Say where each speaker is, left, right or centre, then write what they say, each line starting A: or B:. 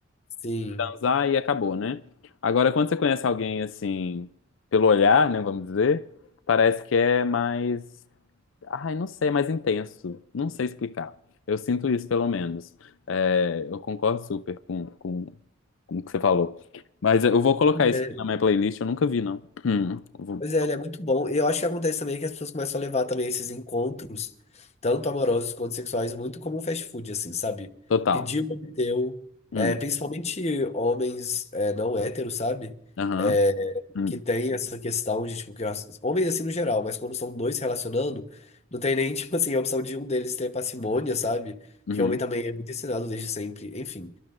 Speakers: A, on the left; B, on the left.
A: Sim.
B: transar e acabou, né? Agora, quando você conhece alguém assim, pelo olhar, né, vamos dizer, parece que é mais. Ai, não sei, é mais intenso. Não sei explicar. Eu sinto isso, pelo menos. É, eu concordo super com, com, com o que você falou. Mas eu vou colocar isso
A: É.
B: aqui na minha playlist. Eu nunca vi, não. Hum, vou-
A: Pois é, ele é muito bom. E eu acho que acontece também que as pessoas começam a levar também esses encontros, tanto amorosos quanto sexuais, muito como um fast food, assim, sabe?
B: total.
A: Pediu, obteu.
B: Hum,
A: É, principalmente homens é, não héteros, sabe?
B: aham,
A: É,
B: hum,
A: que tem essa questão de, tipo, que as- homens assim no geral, mas quando são dois se relacionando, não tem nem, <laughs> tipo assim, a opção de um deles ter parcimônia, sabe? Porque
B: uhum.
A: homem também é muito ensinado desde sempre, enfim,